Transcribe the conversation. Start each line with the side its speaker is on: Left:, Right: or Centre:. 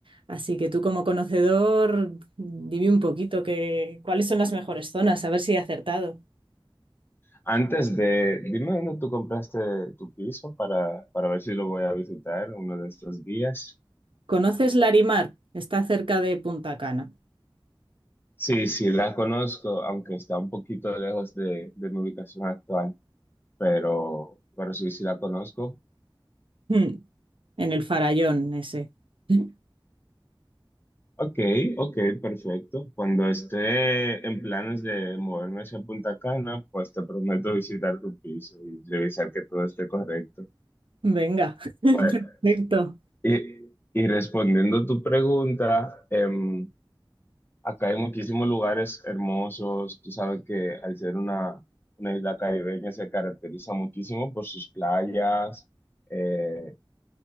Right: Así que tú como conocedor, dime un poquito que, cuáles son las mejores zonas, a ver si he acertado.
Left: Antes de, dime dónde tú compraste tu piso para, para ver si lo voy a visitar uno de estos días.
Right: ¿Conoces Larimar? Está cerca de Punta Cana,
Left: Sí, sí, la conozco, aunque está un poquito lejos de, de mi ubicación actual, pero, pero sí, sí la conozco.
Right: Mm, en el Farallón ese. <laughs>
Left: Ok, ok, perfecto. Cuando esté en planes de moverme hacia Punta Cana, pues te prometo visitar tu piso y revisar que todo esté correcto.
Right: Venga, <laughs>
Left: Bueno,
Right: perfecto.
Left: y, y respondiendo a tu pregunta, em, Acá hay muchísimos lugares hermosos. Tú sabes que al ser una, una isla caribeña se caracteriza muchísimo por sus playas, eh,